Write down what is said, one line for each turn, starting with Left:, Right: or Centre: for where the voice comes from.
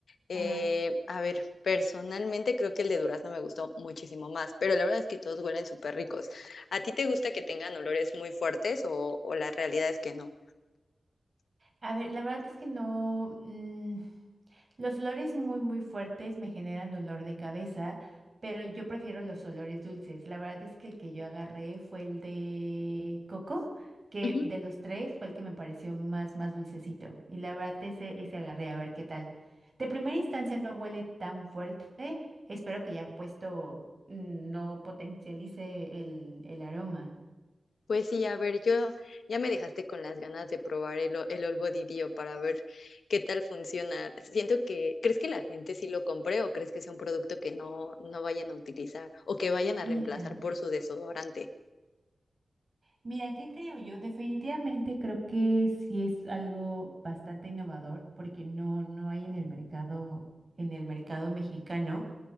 Left: Eh,
Right: ajá.
Left: a ver, personalmente creo que el de durazno me gustó muchísimo más, pero la verdad es que todos huelen súper ricos. ¿A ti te gusta que tengan olores muy fuertes o, o la realidad es que no?
Right: A ver, la verdad es que no. mm, los olores muy, muy fuertes me generan dolor de cabeza, pero yo prefiero los olores dulces. La verdad es que el que yo agarré fue el de coco, que
Left: Ujú.
Right: de los tres fue el que me pareció más, más dulcecito. Y la verdad, ese, ese agarré, a ver qué tal. De primera instancia no huele tan fuerte. Espero que ya puesto mm, no potencialice el, el aroma.
Left: Pues sí, a ver, yo ya me dejaste con las ganas de probar el, o- el All Body Dio para ver qué tal funciona. Siento que, ¿crees que la gente sí lo compre o crees que sea un producto que no, no vayan a utilizar o que vayan
Right: Mira.
Left: a reemplazar por su desodorante?
Right: Mira, ¿qué creo yo? Definitivamente creo que sí es algo bastante innovador porque no, no hay en el mercado, en el mercado mexicano.